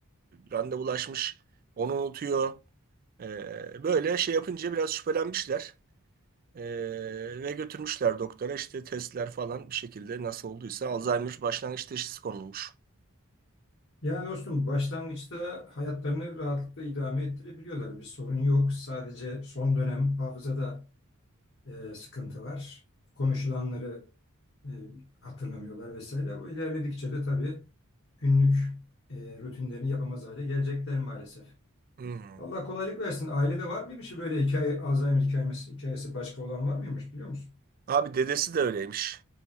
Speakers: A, on the right; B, on the left.
A: randevulaşmış, onu unutuyor. Ee, böyle şey yapınca biraz şüphelenmişler. Ee, ve götürmüşler doktora işte testler falan bir şekilde nasıl olduysa Alzheimer başlangıç teşhisi konulmuş.
B: Ya dostum başlangıçta hayatlarını rahatlıkla idame ettirebiliyorlar. Bir sorun yok. Sadece son dönem hafızada e, sıkıntı var. Konuşulanları e, hatırlamıyorlar vesaire. Bu ilerledikçe de tabii günlük e, rutinlerini yapamaz hale gelecekler maalesef.
A: Hmm.
B: Allah kolaylık versin. Ailede var mıymış böyle hikaye, Alzheimer hikayesi, hikayesi başka olan var mıymış biliyor musun?
A: Abi dedesi de öyleymiş.